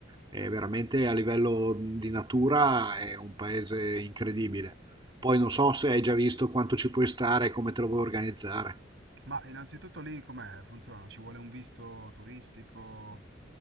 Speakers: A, on the right (about 25°); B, on the right (about 70°).
A: È veramente a livello di natura è un paese incredibile. Poi non so se hai già visto quanto ci puoi stare e come te lo vuoi organizzare.
B: Ma innanzitutto lì com'è? Funziona? Ci vuole un visto turistico?